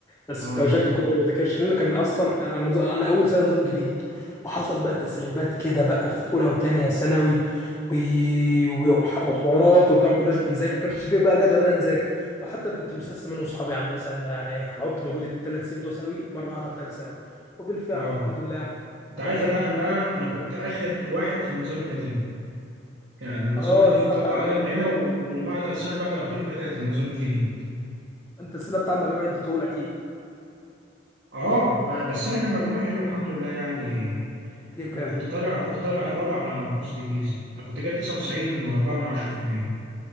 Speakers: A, on the left; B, on the right.
A: بس
B: اه
A: كنت اوشكت من كتر ما بذاكرش لان كان اصلا انا انا أنا اول سنه نظام جديد وحصل بقى تسريبات كده بقى في اولى وثانيه ثانوي و... وح- وحوارات وبتاع ما كناش بنذاكر ما كانش فيه بقى جدول ان انا نذاكر وحتى انا كنت مسسم انا واصحابي عاملين حسابنا يعني إيه، هنحط مجهود الثلاث سنين بتوع ثانوي مره واحده في ثالث ثانوي وبالفعل
B: اه
A: الحمد لله
B: انت عارف
A: يعني ايه
B: ان انا أنا بقى انا كنت اخر واحد في النظام القديم يعني النظام
A: اه
B: القديم
A: السنه
B: اتطبق
A: بتاعت
B: عليا
A: المجموع
B: من هنا و- وبعد السنه اللي بعدها على طول بدات النظام الجديد
A: انت السنه بتاعت مجاميع اديتهولك اكيد
B: اه ب- بس انا كان مجموع حلو الحمد لله يعني
A: تجيب
B: وكنت
A: كام
B: طالع كنت طالع الرابع على محافظه الجيزه انا كنت جايب 99.4 من 10%